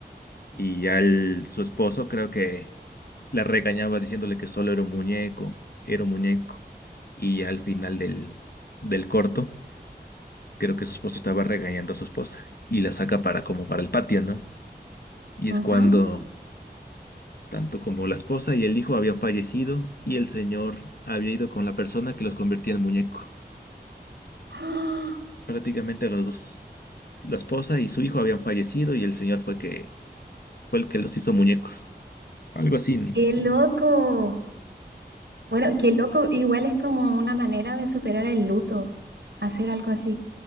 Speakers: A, on the left; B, on the right.
A: Y ya el- su esposo creo que la regañaba diciéndole que solo era un muñeco, era un muñeco. Y ya al final del, del corto, creo que su esposo estaba regañando a su esposa y la saca para como para el patio, ¿no? Y
B: Ujú.
A: es cuando tanto como la esposa y el hijo habían fallecido y el señor había ido con la persona que los convertía en muñeco.
B: ¡Ah!
A: Prácticamente los dos, la esposa y su hijo habían fallecido y el señor fue que fue el que los hizo muñecos. Algo así, ¿no?
B: ¡Qué loco! Bueno, qué loco, igual es como una manera de superar el luto, hacer algo así.